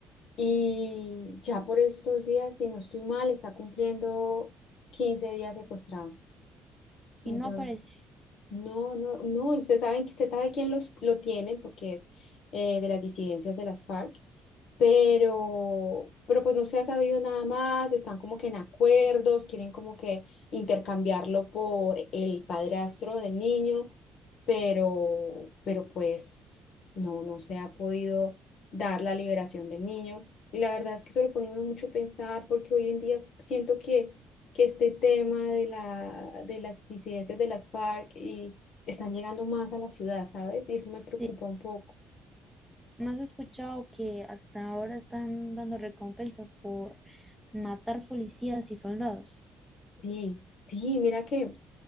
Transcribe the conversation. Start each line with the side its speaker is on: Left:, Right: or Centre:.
Left: Y ya por estos días, si no estoy mal, está cumpliendo 15 días secuestrado. Y
Centre: Y
Left: entonces,
Centre: no aparece.
Left: no, no, no, se saben, se sabe quién los, lo tienen porque es eh, de las disidencias de las FARC pero, pero pues no se ha sabido nada más, están como que en acuerdos, quieren como que intercambiarlo por el padrastro del niño, pero, pero pues no, no se ha podido dar la liberación del niño. Y la verdad es que eso lo pone uno mucho a pensar porque hoy en día siento que, que este tema de la, de las disidencias de las FARC y están llegando más a la ciudad, ¿sabes? Y eso me preocupa
Centre: Sí.
Left: un poco.
Centre: ¿No has escuchado que hasta ahora están dando recompensas por matar policías y soldados?
Left: Sí, sí, mira que